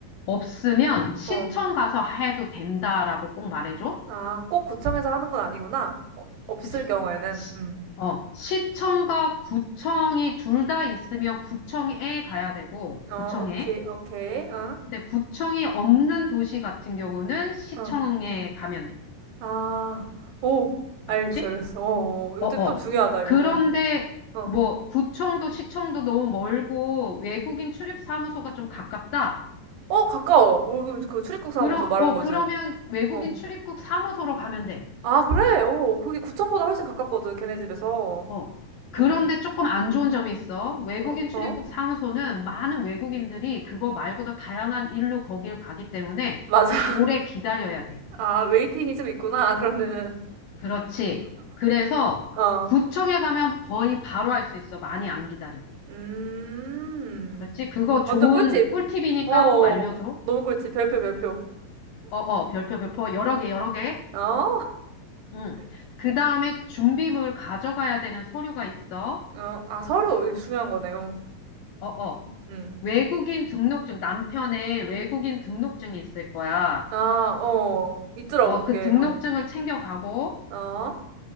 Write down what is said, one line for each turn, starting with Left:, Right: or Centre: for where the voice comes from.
Left: 없으면 시청
Right: 어.
Left: 가서 해도 된다라고 꼭 말해줘.
Right: 아, 꼭 구청에서 하는 건 아니구나. 어, 없을
Left: 그치?
Right: 경우에는.
Left: 시-
Right: 음.
Left: 어, 시청과 구청이 둘 다 있으면 구청에 가야 되고,
Right: 어,
Left: 구청에.
Right: 오케이, 오케이. 응?
Left: 근데 구청이 없는 도시 같은 경우는 시청에
Right: 응.
Left: 가면 돼.
Right: 아, 오. 알겠어,
Left: 알았지?
Right: 알겠어. 어, 어. 어. 이거
Left: 어,
Right: 좀,
Left: 어.
Right: 좀 중요하다,
Left: 그런데
Right: 이거. 어. 어,
Left: 뭐 구청도 시청도 너무 멀고 외국인 출입 사무소가 좀 가깝다.
Right: 어, 가까워. 우리 그, 그 출입국 사무소
Left: 그러,
Right: 말하는
Left: 어,
Right: 거지.
Left: 그러면 외국인
Right: 어.
Left: 출입국 사무소로 가면 돼.
Right: 아, 그래? 오, 그게 구청보다 훨씬 가깝거든, 걔네 집에서.
Left: 어. 그런데
Right: 응.
Left: 조금 안 좋은 점이 있어. 외국인
Right: 어,
Left: 출입국
Right: 어?
Left: 사무소는 많은 외국인들이 그거 말고도 다양한 일로 거길 가기 때문에
Right: 맞아.
Left: 좀 오래 기다려야
Right: <laughs>
Left: 돼.
Right: 아, 웨이팅이 좀 있구나, 그런 데는.
Left: 그렇지. 그래서
Right: 어.
Left: 구청에 가면 거의 바로 할 수 있어. 많이 안 기다리고.
Right: 음.
Left: 그렇지? 그거
Right: 음. 완전
Left: 좋은
Right: 꿀팁.
Left: 꿀팁이니까
Right: 어, 어.
Left: 꼭 알려줘.
Right: 너무 꿀팁. 별표, 별표.
Left: 어, 어, 별표, 별표, 여러 개, 여러 개.
Right: 어?
Left: 응. 그 다음에 준비물 가져가야 되는 서류가 있어.
Right: 어, 아, 서류 이게 중요한 거네요.
Left: 어, 어.
Right: 음.
Left: 외국인 등록증, 남편의 외국인 등록증이 있을 거야.
Right: 아, 어, 있더라고
Left: 어,
Right: 그게.
Left: 그 등록증을
Right: 어,
Left: 챙겨가고,
Right: 어,